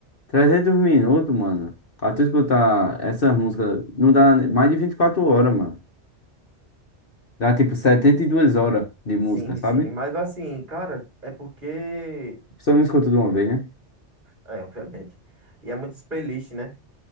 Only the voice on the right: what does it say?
Sim,
sim. Mas assim, cara, é porque.
É, obviamente. E é muitas playlists, né?